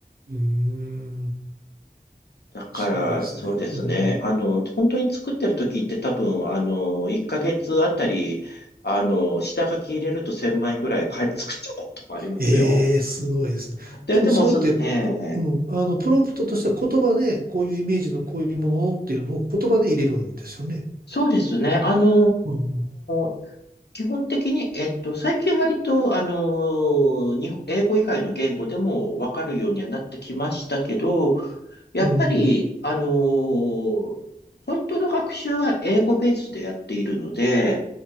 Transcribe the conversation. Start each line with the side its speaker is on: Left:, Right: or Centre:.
Right: うん。
Left: だから、
Right: すごいですね。
Left: そうですね。
Right: うん。
Left: あの、本当に作ってる時って多分、あの、1ヶ月あたり、あの、下書き入れると1000枚ぐらいか作っちゃうこともありますよ。
Right: ええ、すごいですね。
Left: で、
Right: でもそれって、
Left: でも、その、ええ
Right: ううん。あの、プロンプトとしては言葉で、こういうイメージのこういうものっていうのを言葉で入れるんですよね。
Left: そうですね。あの
Right: うん。
Left: ー基本的に、えっと、最近割と、あのー日本英語以外の言語でもわかるようにはなってきましたけど、やっぱり、
Right: うん。
Left: あのー本当の学習は英語ベースでやっているので、